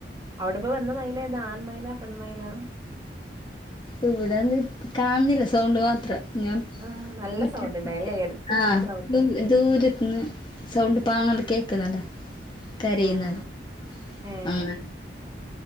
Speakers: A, on the right; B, on the left.
A: അവ്ടെപ്പ വന്ന മൈലേതാ ആൺമൈലാ പെൺമൈലാ.
B: ഇവിടെന്ന് കാൺന്നില്ല സൗണ്ട് മാത്രം. ഞാം
A: ആഹ് നല്ല
B: മറ്റേപെർത്
A: സൗണ്ട് ഉണ്ടായില്ലേ എടുത്ത്
B: ആഹ്
A: വന്ന സൗണ്ട്
B: നോക് ദൂരത്ത്ന്ന് സൗണ്ട് പാങ്ങ കേൾക്ന്ന്ണ്ടോ. കരയുന്നത്
A: ആഹ് ഏഹ്
B: ആഹ്